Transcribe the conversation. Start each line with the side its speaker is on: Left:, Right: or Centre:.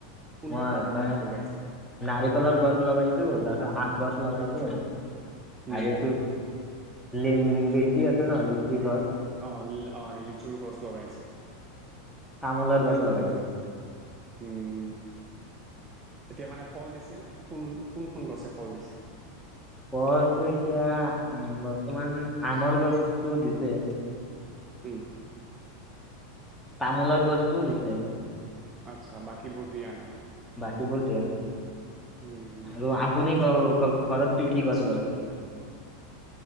Right: কোনটো
Centre: মই
Right: ফলৰ
Centre: মানে,
Right: গছ লগাইছে
Centre: নাৰিকলৰ গছ লগাইছো, তাৰপাছত আম গছ লগাইছোঁ।
Right: উম
Centre: আৰু এইটো লে লিচি আছে ন লিচি। গছ
Right: আহ আহ লিচুৰ গছ লগাইছে।
Centre: তামোলাৰ গছ লগাইছো
Right: উম তেতিয়া মানে ফল দিছে নে কোন কোনখন গছে ফল দিছে।
Centre: ফলটো এতিয়া বৰ্তমান আমৰ গছটো দিছে।
Right: উম
Centre: তামোলৰ গছতটোও দিছে।
Right: আচ্ছা বাকী বোৰ দিয়া নাই।
Centre: বাকী বোৰ দিয়া নাই।
Right: উম
Centre: আৰু আপুনি ঘৰত কি কি
Right: আচ্ছা
Centre: গছ লগাইছে।